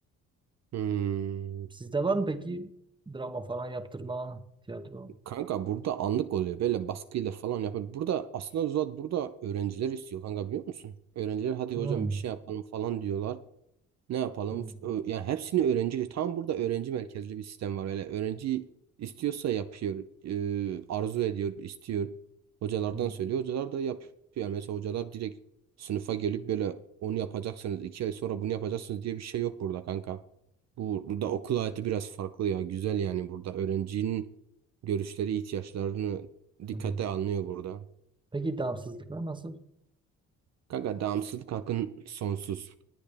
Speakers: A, on the right; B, on the right.
A: Hmm.
B: Sizde var mı peki drama falan yaptırma, tiyatro?
A: Kanka burada anlık oluyor. Böyle baskıyla falan yapın. Burada aslında Zuhat burada öğrenciler istiyor kanka biliyor musun? Öğrenciler hadi
B: Hmm.
A: hocam bir şey yapalım falan diyorlar. Ne yapalım?
B: Hmm.
A: F- ö- Yani hepsini öğrenci. Tam burada öğrenci merkezli bir sistem var. Öyle öğrenci istiyorsa yapıyor. e, arzu ediyor, istiyor. Hocalardan
B: Hmm.
A: söylüyor. Hocalar da yapıyor. Yani mesela hocalar direkt sınıfa gelip böyle onu yapacaksınız. iki ay sonra bunu yapacaksınız diye bir şey yok burada kanka. Bu, burada okul hayatı biraz farklı ya. Güzel yani burada. Öğrencinin görüşleri, ihtiyaçlarını dikkate
B: Hmm.
A: alınıyor burada.
B: Peki damsızlıklar nasıl?
A: Kanka devamsızlık hakkın sonsuz.